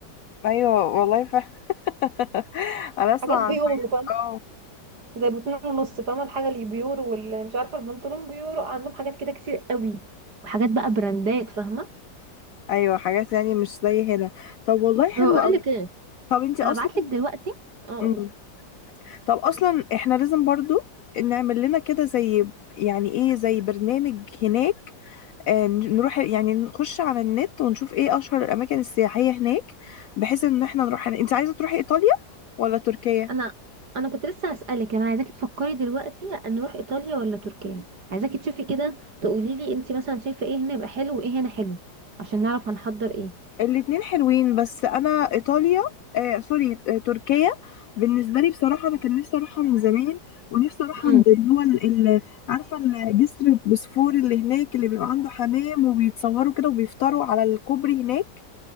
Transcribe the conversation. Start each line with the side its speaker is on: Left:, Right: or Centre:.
Left: ايوه والله ف... <laughs> انا اسمع
Right: حاجات بيورو
Left: عن حاجات اه
Right: زي باتنين ونص فاهمة الحاجة اللي بيورو واللي مش عارفة البنطلون بيورو عندهم حاجات كده كتير قوي وحاجات بقى براندات فاهمة
Left: ايوه حاجات يعني مش زي هنا طب والله حلو
Right: هقول
Left: قوي
Right: لك ايه
Left: طب انت اصلا
Right: هبعت لك دلوقتي اه
Left: مم.
Right: قولي
Left: طب اصلا احنا لازم برضو نعمل لنا كده زي يعني ايه زي برنامج هناك آه، نروح يعني نخش على النت ونشوف ايه اشهر الاماكن السياحية هناك بحيث ان احنا نروح هناك. انت عايزة تروحي ايطاليا ولا تركيا
Right: انا انا كنت لسه هسألك انا عايزاكي تفكري دلوقتي نروح ايطاليا ولا تركيا عايزاكي تشوفي كده تقولي لي انت مثلا شايفة ايه هنا يبقى حلو وايه هنا حلو عشان نعرف هنحضر ايه
Left: الاتنين حلوين بس انا ايطاليا آه سوري آه تركيا بالنسبه لي بصراحه انا كان نفسي اروحها من زمان ونفسي اروح
Right: امم
Left: عند اللي هو ال- ال- عارفه الجسر بسفور اللي هناك اللي بيبقى عنده حمام وبيتصوروا كده وبيفطروا على الكوبري هناك